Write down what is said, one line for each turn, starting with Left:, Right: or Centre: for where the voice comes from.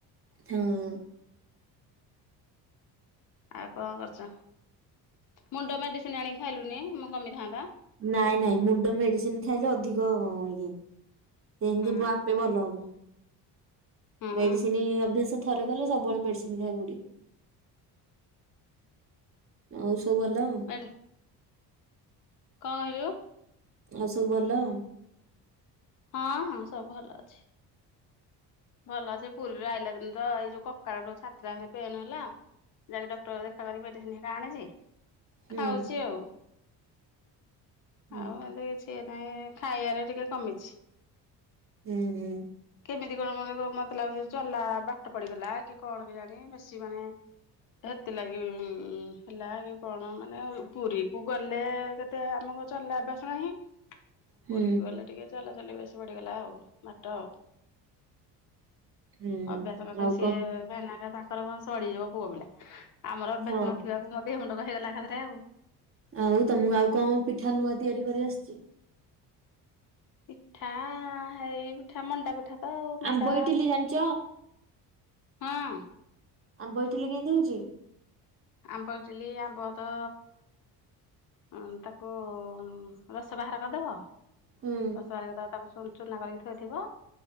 Right: ହୁଁ ହୁଁ।
Left: ଆଉ କଣ କରୁଛ ମୁଣ୍ଡ ମେଡିସିନ ଆଣିକି ଖାଇଲୁନି ମୁଁ କମିଥାନ୍ତା।
Right: ନାଇଁ ନାଇଁ ମୁଣ୍ଡ ମେଡିସିନ ଖାଇଲେ ଅଧିକ ଇଏ ସେମିତି
Left: ହୁଁ
Right: ଆପେ ଭଲ ହେବ।
Left: ହୁଁ।
Right: ମେଡିସିନ ଅଭ୍ୟାସ ଥରେ କଲେ ସବୁବେଳେ ମେଡିସିନ ଖାଇକୁ ପଡିବ। ଆଉ ସବୁ ଭଲ?
Left: ବଡ଼ <inaudible> କଣ କହିଲୁ?
Right: ଆଉ ସବୁ ଭଲ?
Left: ହଁ ହଁ ସବୁ ଭଲ ଅଛି। ଭଲ ଯେ ପୁରୀରୁ ଆଇଲା ଦିନ ତ ଏଇ ଯୋଉ କକାର ଛାତି ଟା ଖାଲି ପେନ୍ ହେଲା। ଯାଇକି ଡକ୍ଟର ଦେଖାକ କରିକି ମେଡିସିନ ହେରା ଆଣିଛି।
Right: ହୁଁ
Left: ଖାଉଛି ଆଉ
Right: ହୁଁ
Left: ଆଉ ଏ ନ୍ତୀ ସିଏ ନହିଁ ଖାଇବାରେ ଟିକେ କମିଛି।
Right: ହୁଁ
Left: କେମିତି? ମତେ ଲାଗୁଛି ଚଲା ବାଟ ପଡିଗଲା କି କଣ କେଜାଣି ବେଶୀ ମାନେ ହେଥିଲାଗି ଉ ହେଲା କି କଣ ମାନେ ପୁରୀ କୁ ଗଲେ ଏତେ ଆମକୁ ଚଲା ଅଭ୍ୟାସ ନାହିଁ। ପୁରୀକୁ
Right: ହୁଁ
Left: ଗଲେ ଟିକେ ଚଲାଚଲି ବେଶୀ ବଢିଗଲା ଆଉ ବାଟ ଆଉ।
Right: ହୁଁ
Left: ଅଭ୍ୟାସ ନଥା
Right: ଆଉ
Left: ସିଏ
Right: କଣ
Left: ଭାଇନା ହିଁକ ତାଙ୍କର କ ସଡିଯିବ ପୁଅ ପିଲା ଆମର ଅଭ୍ୟାସ
Right: ହଁ
Left: ନଥିବାକୁ ମେ ଦେହ ମୁଣ୍ଡ କନ୍ ହେଇଗଲା ଏକାଥରେ।
Right: ଆଉ ତମକୁ ଆଉ କଣ ପିଠା ନୂଆ ତିଆରି କରି ଆସିଛି?
Left: ପିଠା ହେଇ ପିଠା ମଣ୍ଡା ପିଠ ପିଠା ତ ଆଉ ମଣ୍ଡା
Right: ଆମ୍ବ ଇଟିଲି ଜାଣିଛ
Left: ହଁ
Right: ଆମ୍ବ ଇଟିଲି କେମିତି ହଉଛି
Left: ଆମ୍ବ ଇଟିଲି ଆମ୍ବ ତ ଉଁ ତାକୁ ରସ ବାହାର କରିଦବ
Right: ହୁଁ
Left: ରସ ବାହାର କରିକି ତାପରେ ଚୁନା କରିକି ଥୋଇଥିବ।